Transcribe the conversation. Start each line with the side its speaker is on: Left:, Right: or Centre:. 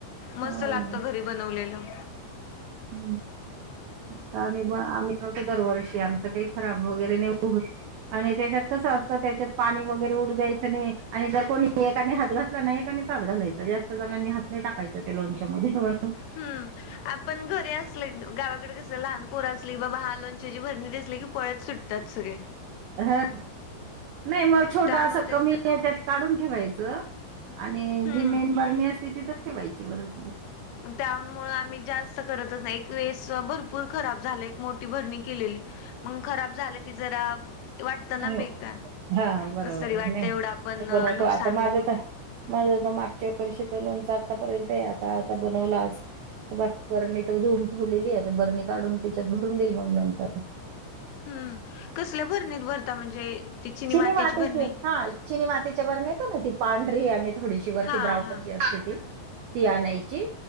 Right: हा.
Left: मस्त लागत घरी बनवलेलं.
Right: हम्म. आता आम्ही ब आम्ही बनवतो दरवर्षी आमच काही खराब वगैरे नाही होत. आणि त्याच्यात कसं असतं त्याच्यात पाणी वगैरे उडू द्यायचं नाही आणि जर कोणी एकाने हात घातला ना एकानी नीच हात घालायचा जास्त जणांनी हात नाही टाकायचा त्या लोणच्यात.
Left: हम्म आपण घरी आस. <unintelligible> गावाकडे कस लहान पोर असली बाबाहा लोंच्याची भरणी दिसली की पळत सुटतात सगळे.
Right: ह नाही म छोट
Left: त्यामुळे
Right: अस
Left: ते
Right: कमी ह्याच्यात काढून ठेवायचं. आणि
Left: हम्म.
Right: जी मेन बर्णी असते तिथच ठेवायची वरच
Left: त्यामुळे आम्ही जास्त. जास्त करतच नाही एक वेेळेस भरपूर खराब झाल एक म्होठी बरणी केलेली मग खराब झालं की जरा. वाटतं ना
Right: हो
Left: बेकार
Right: हा बरोबर
Left: कस तरी वाटतं एवढं आपण
Right: बनवतो
Left: नुकसान
Right: आता माझ पण माझ ब मागच्या वर्षीच लोनच आतापर्यंत ए आता आता बनवल आज. बा बरणी तर धुवून ठेवलेली आहे आता बरणी काढून त्याच्यात भरून देईल मग नंतर.
Left: हम्म कसल्या भरणीत भरता म्हणजे? ती
Right: चिनी
Left: मातेची
Right: मातीची
Left: भरणी
Right: हा चिनी मातीच्या बरण्या येतो ना ती पांढरी आणि. थोडीशी वरती
Left: हा
Right: ब्राउन
Left: हा
Right: जी असते ती ती आणायची.